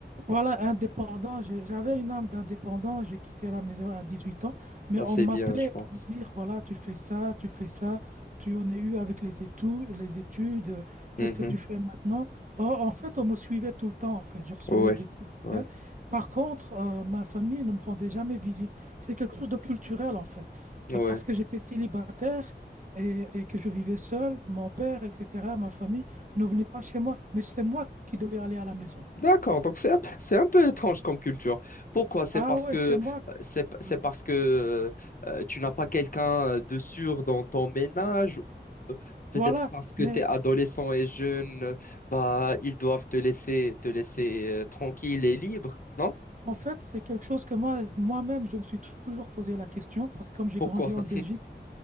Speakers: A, on the right; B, on the left.
A: voilà, indépendant. j'ai- J'avais une âme d'indépendant. J'ai quitté la maison à 18 ans, mais
B: Ça,
A: on
B: c'est
A: m'appelait
B: bien, je pense.
A: pour me dire, voilà, tu fais ça, tu fais ça, tu en es eu avec les études, les études, euh,
B: Mhm.
A: qu'est-ce que tu fais maintenant? Or, en fait, on me suivait tout le temps, en fait. Je recevais
B: Ouais.
A: des coups de
B: Ouais.
A: pelle. Par contre, euh, ma famille ne me rendait jamais visite. C'est quelque chose de culturel, en fait.
B: Ouais.
A: Euh, parce que j'étais célibataire et, et que je vivais seul, mon père, etc., ma famille ne venait pas chez moi, mais c'est moi qui devais aller à la maison.
B: D'accord, donc c'est un, peu- c'est un peu étrange comme culture. Pourquoi? C'est
A: Ah
B: parce
A: ouais,
B: que
A: c'est moi.
B: euh, c'est c'est
A: Ouais.
B: parce que euh, tu n'as pas quelqu'un euh, de sûr dans ton ménage. ou euh, Peut-être
A: Voilà,
B: parce que
A: mais
B: tu es adolescent et jeune, euh, bah ils doivent te laisser te laisser euh, tranquille et libre, non?
A: en fait, c'est quelque chose que moi, moi-même, je me suis tou- toujours posé la question, parce que comme j'ai
B: Pourquoi?
A: grandi en
B: <laughs>
A: Belgique,